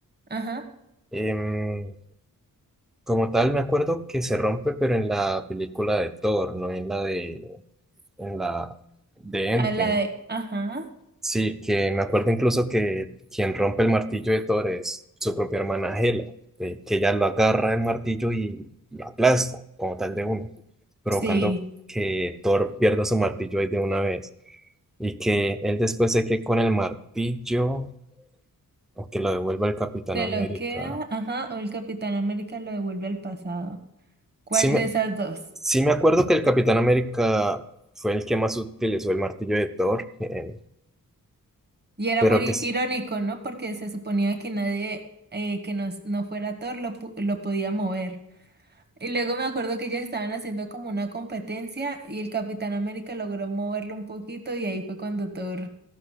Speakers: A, on the right; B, in the centre.
A: Ajá.
B: Em, como tal, me acuerdo que se rompe, pero en la película de Thor, no en la de, en la de Endgame.
A: A la de, ajá.
B: Sí, que me acuerdo incluso que quien rompe el martillo de Thor es su propia hermana Hela, eh, que ella lo agarra el martillo y lo aplasta como tal de uno, provocando
A: Sí.
B: que Thor pierda su martillo ahí de una vez y que él después se quede con el martillo o que lo devuelva el Capitán
A: Se
B: América.
A: lo queda, ajá, o el Capitán América lo devuelve al pasado. ¿Cuál
B: Sí me,
A: de esas dos?
B: sí me acuerdo que el Capitán América fue el que más utilizó el martillo de Thor, eh,
A: Y era
B: pero
A: muy
B: que
A: i- irónico, ¿no? Porque se suponía que nadie eh, que nos, no fuera Thor lo, pu- lo podía mover. Y luego me acuerdo que ellos estaban haciendo como una competencia y el Capitán América logró moverlo un poquito y ahí fue cuando Thor,